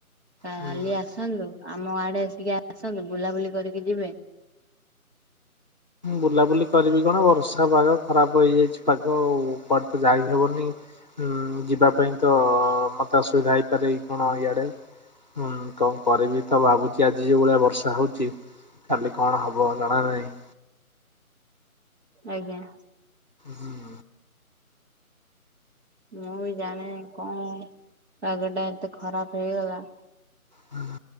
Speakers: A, on the right; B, on the left.
A: କାଲି
B: ହୁଁ।
A: ଆସନ୍ତୁ ଆମ ଆଡେ ଆସିକି ଆସନ୍ତୁ ବୁଲାବୁଲି କରିକି ଯିବେ।
B: ବୁଲାବୁଲି କରିବି କଣ ବର୍ଷା ପାଗ ଖରାପ ହେଇଯାଇଛି ପାଗ ଆଉ କୁଆଡେ ତ ଯାଇହବନି। ଉଁ ଯିବା ପାଇଁ ତ ମତେ ଅସୁବିଧା ହେଇପାରେ କଣ ଇଆଡେ। ହୁଁ କଣ କରିବି ତ ଭାବୁଛି ଆଜି ଯୋଉ ଭଳିଆ ବର୍ଷା ହଉଛି କାଲି କଣ ହବ। ଜଣା ନାହିଁ।
A: ଆଜ୍ଞା।
B: ହୁଁ ହୁଁ
A: ମୁଁ ବି ଜାଣିନି କଣ ପାଗ ଟା ଏତେ ଖରାପ ହେଇଗଲା।
B: ହୁଁ